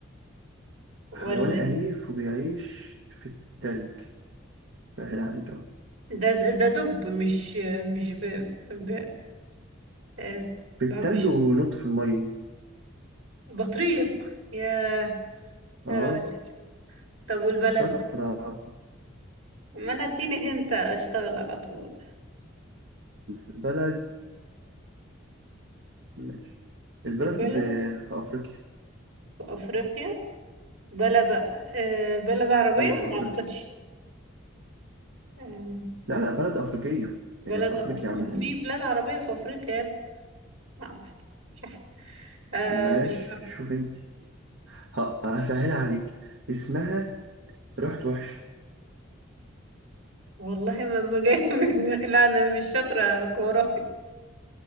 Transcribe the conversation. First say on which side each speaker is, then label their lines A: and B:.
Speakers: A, on the right; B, on the right.
A: ولا
B: حيوان أليف وبيعيش في التلج سهل عليك أهو.
A: ده ده دب مش مش ب... ب... آه،
B: في التلج
A: مش
B: وينط في المية
A: بطريق يا يا
B: اه
A: راجل طب والبلد
B: شاطرة
A: ما انا اديني هنت اشتغل على طول
B: البلد ماشي البلد
A: البلد
B: آه، في أفريقيا
A: في افريقيا بلد آه، بلد عربية
B: أيوة في أفريقيا
A: ما اعتقدش آه،
B: لا لا بلد أفريقية
A: بلد
B: هي في
A: أفريقيا
B: أفريقيا
A: ما
B: عامة يعني
A: في بلاد عربية في افريقيا يا ابني. ما أعرف. مش عارف آه
B: ماشي
A: مش عارف
B: شوف انت ه- هسهلها عليك اسمها رحت وحش
A: والله ما ما جاي <laughs> من... لا انا مش شاطرة جغرافيا